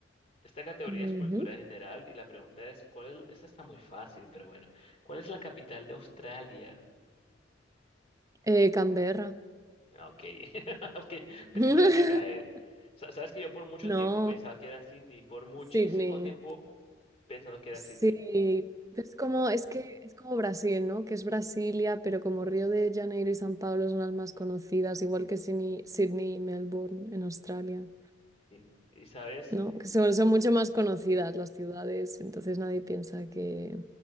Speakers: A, on the left; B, on the right.
A: Esta categoría
B: ujú.
A: es cultura general y la pregunta es, ¿cuál es? Esta está muy fácil, pero bueno. ¿Cuál es la capital de Australia?
B: Eh, Canberra.
A: Ah, Ok, <laughs> Ok, pensé
B: <laughs>
A: que ibas a caer. Sa- Sabes que yo por mucho
B: No,
A: tiempo pensaba que era Sydney, por muchísimo
B: Sydney.
A: tiempo pensando que era
B: Sí,
A: Sydney.
B: es como, es que es como Brasil, ¿no? Que es Brasilia, pero como Río de Janeiro y San Pablo son las más conocidas, igual que Sydney, Sydney y Melbourne en Australia,
A: Sydney. Y sabes,
B: ¿no? Que son, son mucho más conocidas las ciudades, entonces nadie piensa que...